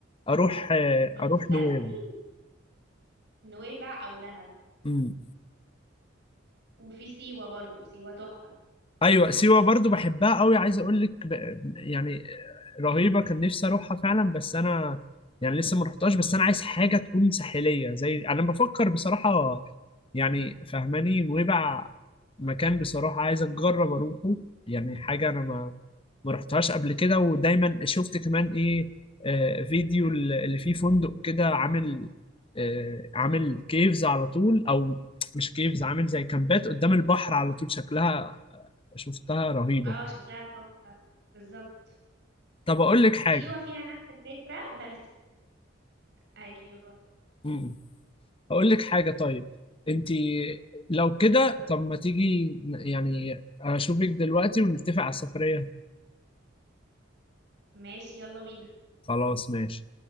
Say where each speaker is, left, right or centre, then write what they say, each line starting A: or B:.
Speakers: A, on the left; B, on the right.
A: اروح
B: وتسترخي
A: اروح نويبع
B: نويبع او دهب
A: امم
B: وفي سيوة برضو سيوة تحفة
A: ايوه سيوة برضو بحبها قوي عايز اقول لك ب... يعني رهيبة كان نفسي اروحها فعلا بس انا يعني لسه ما رحتهاش بس انا عايز حاجة تكون ساحلية زي انا بفكر بصراحة يعني فهماني نويبع مكان بصراحة عايز أجرب أروحه يعني حاجة أنا ما ما رحتهاش قبل كده ودايما شفت كمان ايه آه، فيديو اللي فيه فندق كده عامل آه، عامل كيفز على طول او مش كيفز عامل زي كامبات قدام البحر على طول شكلها شفتها رهيبة
B: اه شكلها تحفة بالظبط
A: طب اقول لك حاجة
B: سيوة فيها نفس الفكرة بس ايوه
A: مم. اقول لك حاجة طيب انت لو كده
B: اتفضل.
A: طب ما تيجي يعني اشوفك دلوقتي ونتفق على السفرية
B: ماشي يلا بينا
A: خلاص ماشي